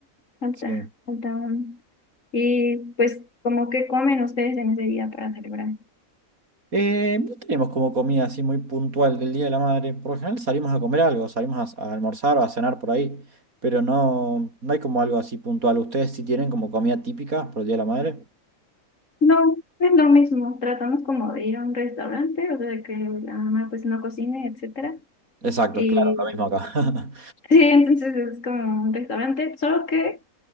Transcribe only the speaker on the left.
falta,
falta un- Y pues, ¿cómo que comen ustedes en ese día para celebrar?
No, es lo mismo, tratamos como de ir a un restaurante, o sea, que la mamá pues no cocine, etcétera.
Y
Sí, entonces es como un restaurante, solo que